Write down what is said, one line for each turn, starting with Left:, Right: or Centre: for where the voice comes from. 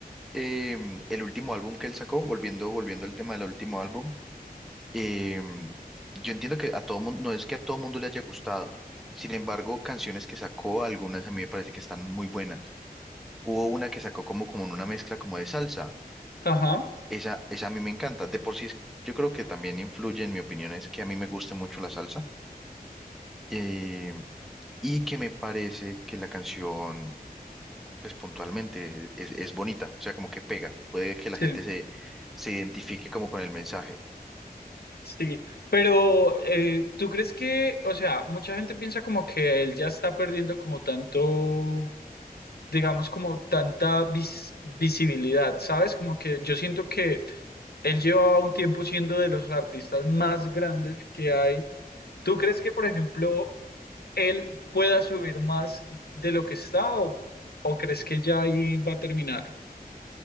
Centre: em, el último álbum que él sacó, volviendo, volviendo al tema del último álbum. eh, yo entiendo que a todo mundo, no es que a todo mundo le haya gustado. Sin embargo, canciones que sacó, algunas a mí me parece que están muy buenas. Hubo una que sacó como, como en una mezcla como de salsa.
Left: Ajá,
Centre: Esa, esa a mí me encanta. De por sí, es- yo creo que también influye, en mi opinión, es que a mí me gusta mucho la salsa. eh, y que me parece que la canción, pues puntualmente, es, es bonita. O sea, como que pega. Puede que
Left: sí,
Centre: la gente se, se identifique como con el mensaje.
Left: sí. Pero eh, ¿tú crees que, o sea, mucha gente piensa como que él ya está perdiendo como tanto digamos, como tanta vis- visibilidad, ¿sabes? Como que yo siento que Él llevaba un tiempo siendo de los artistas más grandes que hay. ¿Tú crees que, por ejemplo, él pueda subir más de lo que está o, o crees que ya ahí va a terminar?